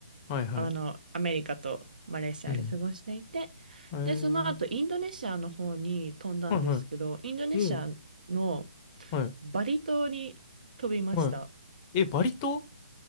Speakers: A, on the left; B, on the right.
A: はい、はい、
B: あの、アメリカとマレーシアで過ごしていて、
A: うん、え
B: で、その後インドネシアの方に飛んだんですけど、
A: え、はい、はい。
B: インドネシアの
A: うん。はい。
B: バリ島に飛びました。
A: はい。え、バリ島